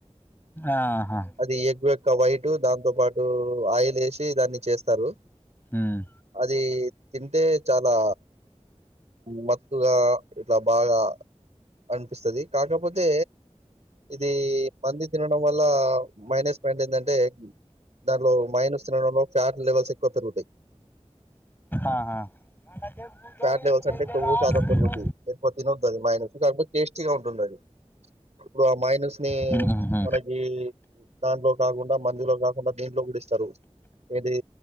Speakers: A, on the left; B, on the right.
A: ఆహా
B: అది ఎగ్ యొక్క వైట్ దాంతో పాటు ఆయిల్ వేసి దాన్ని చేస్తారు
A: ఉమ్
B: అది తింటే చాలా మ గా ఇట్లా బాగా అనిపిస్తది కాకపోతే ఇది మండి తినడం వల్ల మైనస్ పాయింట్ ఏంటంటే దాంట్లో మైనస్ తినడంలో ఫ్యాట్ లెవెల్స్ ఎక్కువ పెరుగుతాయి
A: ఆహా గంట సేపు కూర్చొని
B: ఫ్యాట్ లెవెల్స్
A: చేసేదాకా
B: అంటే కొవ్వు శాతం పెరుగుద్ది ఎక్కువ తినొద్దు అది మయోనీస్ కాకపోతే టేస్టీగా ఉంటుంది అది ఇప్పుడు ఆ మయోనిస్నీ
A: కూర్చొని
B: మనకి దాంట్లో కాకుండా మండిలో కాకుండా దీంట్లో కూడా ఇస్తారు ఏది